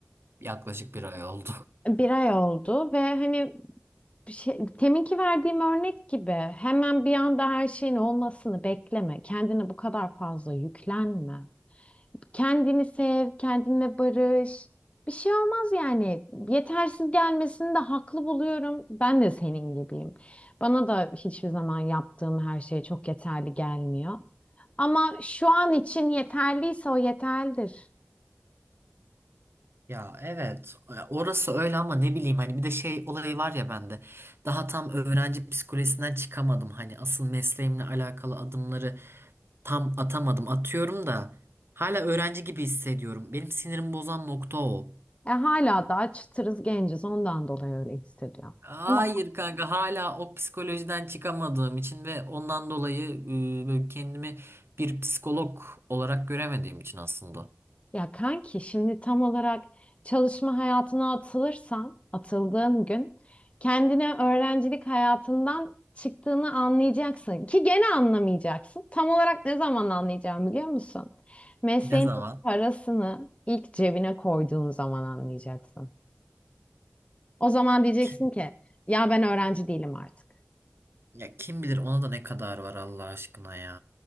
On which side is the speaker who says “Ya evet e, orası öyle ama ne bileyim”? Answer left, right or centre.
Right